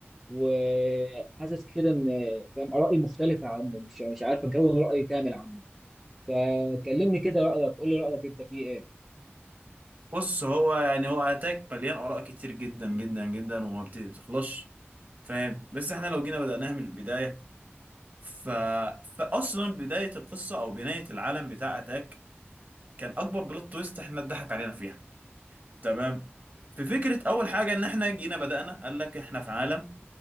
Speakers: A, in the centre; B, on the right.
A: وحاسس كده ان فاهم ارائي مختلفه عنه مش يعني، مش عارف اكون راي كامل عنه فكلمني كده رايك قول لي رايك انت فيه ايه؟
B: بص هو يعني هو اتاك مليان اراء كتير جدا جدا جدا وما بت- بتخلصش فاهم بس احنا لو جينا بدأناها من البداية ف... فاصلا بداية القصة او بناية العالم بتاع اتاك كان اكبر بلوت تويست احنا اتضحك علينا فيها تمام في فكرة اول حاجة ان احنا جينا بدأنا قال لك احنا في عالم